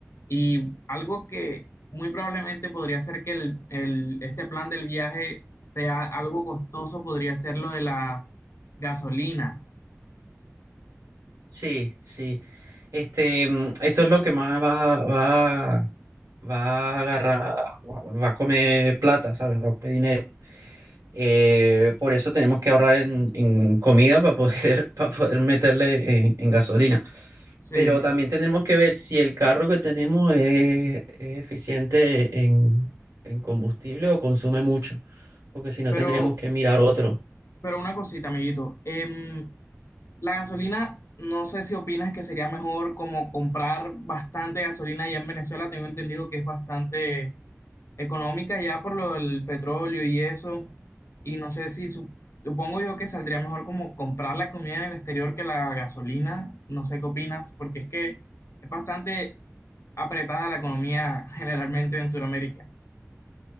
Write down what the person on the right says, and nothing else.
Sí, sí. Este, mm, esto es lo que más va, va, va a agarrar, va va a comer plata, ¿sabes? Va a comer dinero. Eh, por eso tenemos que ahorrar en, en comida para poder, <laughs> para poder meterle en, en gasolina.
Pero
también tendremos que ver si el carro que tenemos es, es eficiente en, en combustible o consume mucho, porque si no
tendríamos que mirar otro.